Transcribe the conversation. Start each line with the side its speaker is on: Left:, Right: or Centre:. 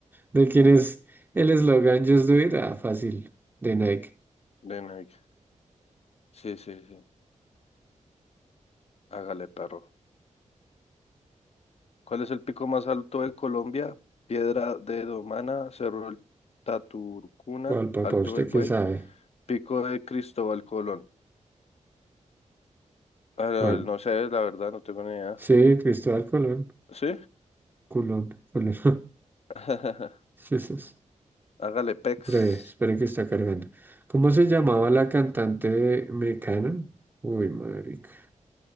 Right: ¿De quién es el eslogan Just Do It? Ah, fácil. De Nike.
Left: De Nike. Sí, sí, sí. Hágale, perro. ¿Cuál es el pico más alto de Colombia? Piedra de Domana, Cerro del Taturcuna,
Right: ¿Cuál, papá?
Left: Alto
Right: ¿Usted
Left: del Buey,
Right: qué sabe?
Left: Pico de Cristóbal Colón. Ah, no
Right: ¿Cuál?
Left: no sé, la verdad, no tengo ni idea.
Right: Sí, Cristóbal Colón.
Left: ¿Sí?
Right: Culón, Colón.
Left: <laughs>
Right: <laughs> Jesús.
Left: Hágale, Pex.
Right: Breve, esperen que está cargando. ¿Cómo se llamaba la cantante de Mecano? Uy, marica.